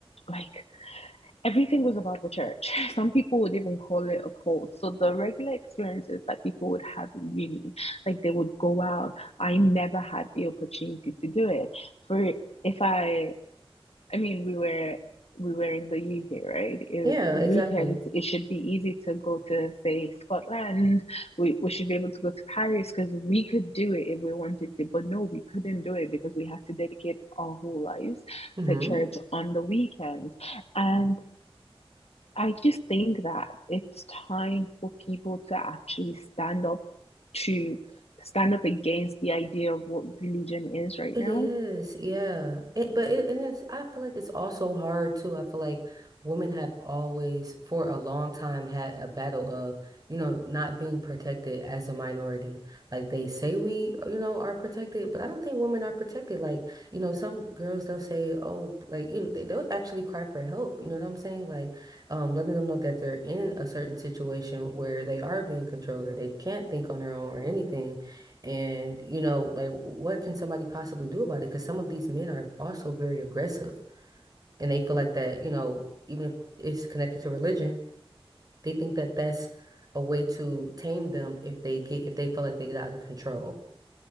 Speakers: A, on the left (about 90°); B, on the right (about 40°).
A: like everything was about the church. <laughs> Some people would even call it a cult. So the regular experiences that people would have in uni, like they would go out. I never had the opportunity to do it. For if I I mean, we were we were in the UK, right? It,
B: Yeah,
A: weekends,
B: exactly.
A: it should be easy to go to, say, Scotland. We, we should be able to go to Paris because we could do it if we wanted to. But no, we couldn't do it because we had to dedicate our whole lives
B: Mm-hmm.
A: to church on the weekend. And I just think that it's time for people to actually stand up to stand up against the idea of what religion is right
B: It
A: now.
B: is, yeah. It, but it, and it's, I feel like it's also hard too. I feel like women have always, for a long time, had a battle of, you know, not being protected as a minority. Like they say we, you know, are protected, but I don't think women are protected. Like, you know, some girls, they'll say, oh, like, you know, they, they'll actually cry for help. You know what I'm saying? Like, um, letting them know that they're in a certain situation where they are being controlled or they can't think on their own or anything. And, you know, like what can somebody possibly do about it? Because some of these men are also very aggressive and they feel like that, you know, even if it's connected to religion, they think that that's a way to tame them if they get, if they feel like they get out of control.